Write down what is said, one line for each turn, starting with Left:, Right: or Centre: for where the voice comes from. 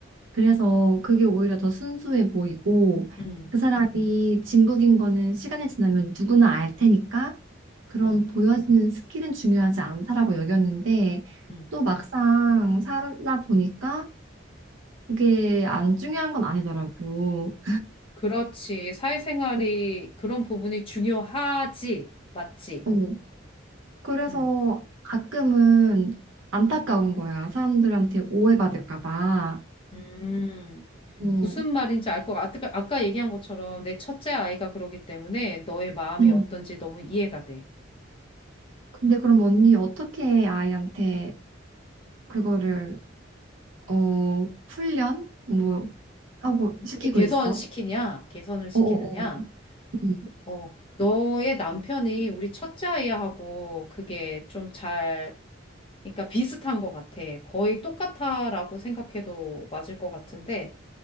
Right: 그래서 그게 오히려 더 순수해 보이고
Left: 음,
Right: 그 사람이 진국인 거는 시간이 지나면 누구나 알 테니까 그런
Left: 음.
Right: 보여지는 스킬은 중요하지 않다라고 여겼는데
Left: 음.
Right: 또 막상 살다 보니까 그게 안 중요한 건 아니더라고.
Left: 그렇지. 사회생활이
Right: 어,
Left: 그런 부분이 중요하지. 맞지?
Right: 어. 그래서
Left: 음,
Right: 가끔은 안타까운 거야. 사람들한테 오해받을까 봐.
Left: 음.
Right: 어,
Left: 무슨 말인지 알 것 같아. 아까 얘기한 것처럼 내 첫째 아이가 그러기 때문에 너의 마음이
Right: 음.
Left: 어떤지 너무 이해가 돼.
Right: 근데 그럼 언니 어떻게 아이한테 그거를
Left: 음.
Right: 어, 훈련? 뭐, 하고,
Left: 어떻게
Right: 시키고
Left: 개선시키냐?
Right: 있어.
Left: 개선을 시키느냐?
Right: 어어어. 음,
Left: 어, 너의 남편이 우리 첫째 아이하고 그게 좀 잘, 그러니까 비슷한 것 같아. 거의 똑같아라고 생각해도 맞을 것 같은데,